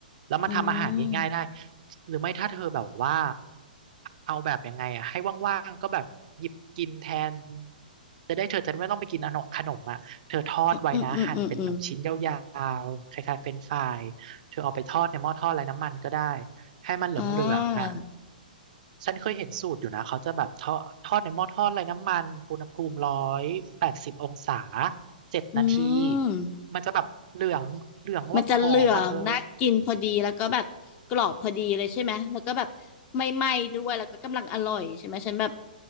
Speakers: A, on the right; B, on the left.
A: แล้วมันทำอาหารง่ายๆได้
B: อืม
A: หรือไม่ถ้าเธอแบบว่าเอาแบบยังไงอะให้ว่างๆก็แบบหยิบกินแทนจะได้เธอจะไม่ต้องไปกินขนมขนมอ่ะเธอทอดไว้นะหั่นเป็นแบบชิ้นยา
B: อืมอืมอืมอืม
A: วๆคล้ายๆเฟรนช์ฟรายเธอเอาไปทอดในหม้อทอดไร้น้ำมันก็ได้ ให้มันเหลืองๆอ่ะ
B: อ่า
A: ฉันเคยเห็นสูตรอยู่นะเขาจะแบบทอดทอดในหม้อทอดไร้น้ำมันอุณหภูมิร้อยแปดสิบองศา เจ็ดนาที
B: อืม
A: มันจะแบบเหลืองเหลืองแบบหอมมาเธอ
B: มันจะเหลืองน่ากินพอดีแล้วก็แบบกรอบพอดีเลยใช่ไหมแล้วก็แบบไม่ไหม้ด้วยแล้วก็กำลังอร่อยใช่ไหมฉันแบบ